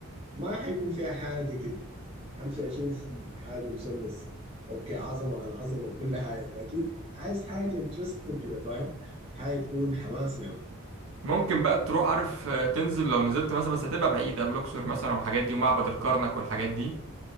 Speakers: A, on the right (about 25°); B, on the right (about 70°).
A: ما حيكون فيها حاجه كده همشي اشوف حاجه مثلث اوكي عظمه على عظمه وكل حاجه لكن عايز حاجه انترستد كده فاهم حاجه تكون حماس يعني
B: ممكن بقى تروح عارف آه، تنزل لو نزلت مثلا بس هتبقى بعيده الاقصر مثلا والحاجات دي ومعبد الكرنك والحاجات دي